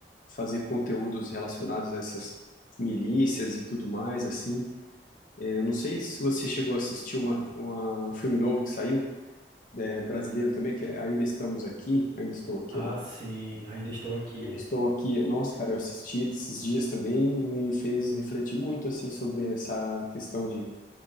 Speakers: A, on the left; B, on the right.
A: fazer conteúdos relacionados a essas milícias e tudo mais, assim. É, eu não sei se você chegou a assistir uma, uma- um filme novo que saiu, é, brasileiro também, que é Ainda Estamos Aqui, Ainda Estou Aqui,
B: Ah, sim, ainda estou aqui.
A: Ainda estou aqui. Nossa, cara, eu assisti esses dias também e me fez refletir muito assim sobre essa questão de,